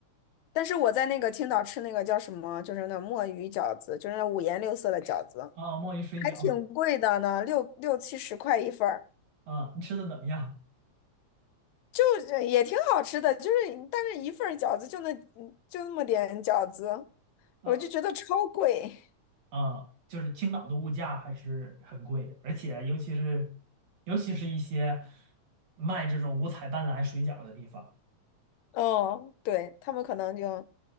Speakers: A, on the left; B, on the right.
A: 但是我在那个青岛吃那个叫什么，就是那墨鱼饺子，就是那五颜六色的饺子，
B: 啊，墨鱼水饺
A: 还挺贵的呢，六六七十块一份儿，
B: 啊，你吃的怎么样？
A: 就是也挺好吃的，就是但是一份儿饺子就那就那么点饺子，
B: 啊？
A: 我就觉得超贵。<laughs>
B: 嗯，就是青岛的物价还是很贵，而且尤其是尤其是一些卖这种五彩斑斓水饺的地方，
A: 哦，对，他们可能就